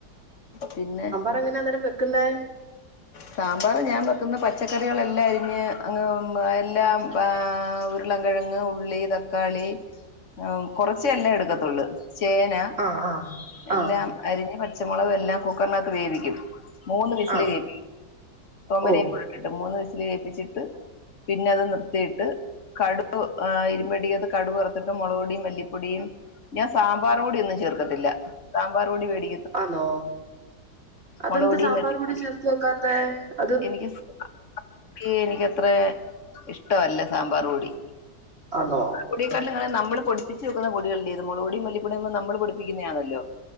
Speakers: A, on the left; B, on the right.
A: പിന്നെ
B: അങ്ങനാ അന്നേരം വെക്കുന്നേ
A: സാമ്പാറ് ഞാൻ വെക്കുന്നെ പച്ചക്കറികളെല്ലാം അരിഞ്ഞ് അങ്ങ് എല്ലാം പ്പാ ഉരുളം കെഴങ് ഉള്ളി തക്കാളി ഉം കൊറച്ചെ എല്ലം എടുക്കത്തുള്ളൂ ചേ ന
B: ആ ആ ആ
A: എല്ലാം അരിഞ്ഞ് പച്ചമുളകും എല്ലാം കുക്കറിനകത്ത് വേവിക്കും മൂന്ന് വിസല്
B: ആ
A: കേ <unintelligible>
B: ഓ
A: മൂന്ന് വിസില് കേപ്പിച്ചിട്ട് പിന്നെ അത് നിർത്തിയിട്ട് കടുക് ആ ഇരുമ്പട്ടിയ്ക്കാത്ത് കടു വറത്തിട്ട് മുളക് പൊടിയും മല്ലിപ്പൊടിയും ഞാൻ സാമ്പാറ് പൊടി ഒന്നും ചേർക്കത്തില്ല സാമ്പാറ് പൊടി വേടി
B: ആന്നോ അതെന്ത്
A: മുളക് പൊടി
B: സാമ്പാർപൊടി
A: മല്ലിപ്പൊടി
B: ചേർത്ത് വെക്കാത്തെത്
A: എനിക്ക് <inaudible> സാമ്പാറ് പൊടി എനിക്കത്ര ഇഷ്ട വല്ല സാമ്പാറ് പൊടി
B: ആന്നോ
A: പൊടിത്തന്നെങ്ങനെ നമ്മള് പൊടിപ്പിച്ച് വെക്കുന്ന പൊടികളില്ലേ അത് മൊളക് പൊടിം മല്ലിപ്പൊടിം ഒന്നും നമ്മള് പൊടിപ്പിക്കുന്നെയാണല്ലോ